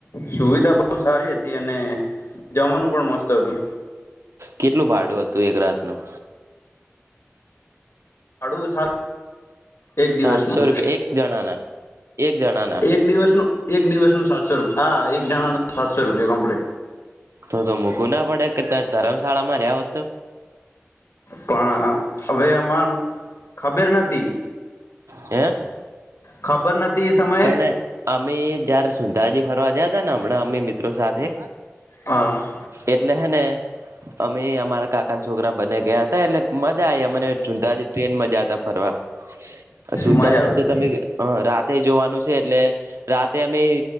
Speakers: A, on the left; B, on the right.
A: સુવિધા બહુ સારી હતી અને જમવાનું પણ મસ્ત હતું.
B: કેટલું ભાડું હતું એક રાત નું?
A: ભાડું સા એક દિવસ
B: સાતસો
A: નું
B: રૂપિયા એક જણાના એક જણાના
A: એક દિવસ નુ એક દિવસ નું સાતસો રૂપિયા હા એક જણા નો સાતસો રૂપિયા કંપલેત
B: તો તો મૂકવ ના પડે કે ત ધરમશાળામાં રહ્યા હો તો
A: પણ હવે આમાં ખબર નથી
B: હે?
A: ખબર નથી એ સમયે
B: પણ અમે જયારે સુંંધાજી ફરવા જયા ત ને હમણાં અમે મિત્રો સાથે
A: હ.
B: એટલે હે ને અમે અમારા કાકાના છોકરા બને ગયા એટલે મજા આ મને જુદાજી ટ્રેન મજાતા ફરવા સુંધાજીમ
A: મજા આવી
B: તો તમે રાતે જોવાનું છે એટલે રાતે અમે